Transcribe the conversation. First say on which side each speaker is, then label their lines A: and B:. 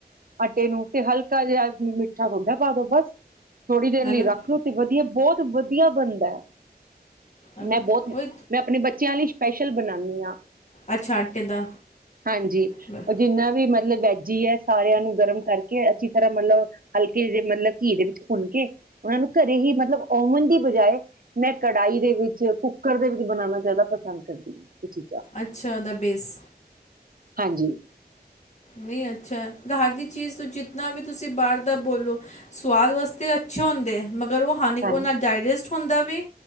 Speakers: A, on the right (about 60°); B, on the left (about 45°).
A: ਆਟੇ ਨੂੰ ਤੇ ਹਲਕਾ ਜਿਆ ਮਿੱਠਾ ਸੋਡਾ ਪਾ ਦੋ ਬਸ। ਥੋੜੀ ਦੇਰ ਲਈ
B: ਹਨਾ
A: ਰੱਖ ਦੋ <unintelligible> ਦੀ ਐ ਬੋਤ ਵਧੀਆ ਬਣਦੈ।
B: ਹਨਾ
A: ਮੈਂ ਬੋਤ
B: ਉਹ
A: ਮੈਂ ਆਪਣੇ ਬੱਚਿਆਂ ਲਈ ਸਪੈਸ਼ਲ ਬਣਾਨੀ ਆਂ
B: ਅੱਛਾ ਆਟੇ ਦਾ
A: ਹਾਂਜੀ
B: ਬ-
A: ਉਹ ਜਿੰਨਾ ਵੀ ਮਤ ਮਤਲਬ ਵੈਜ ਈ ਐ। ਸਾਰਿਆਂ ਨੂੰ ਗਰਮ ਕਰਕੇ ਅੱਛੀ ਤਰ੍ਹਾਂ ਮਤਲਬ ਹਲਕੇ ਜੀ ਮਤਲਬ ਘੀ ਦੇ ਵਿੱਚ ਭੁੰਨ ਕੇ ਉਹਨਾ ਨੂੰ ਘਰੇ ਹੀ ਮਤਲਬ ਔਵਨ ਦੀ ਬਜਾਏ ਮੈਂ ਕੜਾਈ ਦੇ ਵਿੱਚ, ਕੁੱਕਰ ਦੇ ਵਿੱਚ ਬਣਾਣਾ ਜ਼ਿਆਦਾ ਪਸੰਦ ਕਰਦੀ ਇਹ ਚੀਜ਼ਾਂ
B: ਅੱਛਾ ਔਦਾ ਬੇਸ
A: ਹਾਂਜੀ।
B: ਨਈ ਅੱਛਾ ਐ। ਘਾਰ ਦੀ ਚੀਜ਼ ਤੋਂ ਜਿਤਨਾ ਵੀ ਤੁਸੀ ਬਾਰ ਦਾ ਬੋਲੋ ਸਵਾਦ ਵਾਸਤੇ ਅੱਛੇ ਹੋਂਦੇ ਐ ਮਗਰ ਵੋ ਹਾਨੀ
A: ਹਾਂ
B: ਔ ਨਾ ਡਾਇਜੈਸਟ ਹੁੰਦਾ ਵੀ